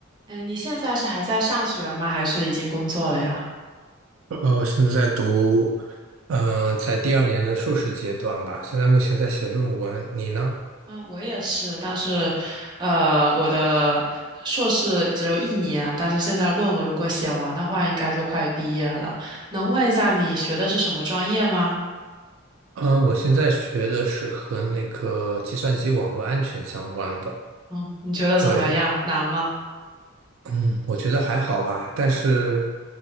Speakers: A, on the right; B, on the right.
A: 嗯，你现在是还在上学吗？还是已经工作了呀？
B: 呃，我现在在读，呃，在第二年的硕士阶段吧。现在目前在写论文，你呢？
A: 嗯，我也是，但是，呃，我的硕士只有一年，但是现在论文如果写完的话，应该就快毕业了。能问一下你学的是什么专业吗？
B: 嗯、我现在学的是和那个计算机网络安全相关的。
A: 嗯，你觉得怎么样？
B: 对，
A: 难吗？
B: 嗯，我觉得还好吧，但是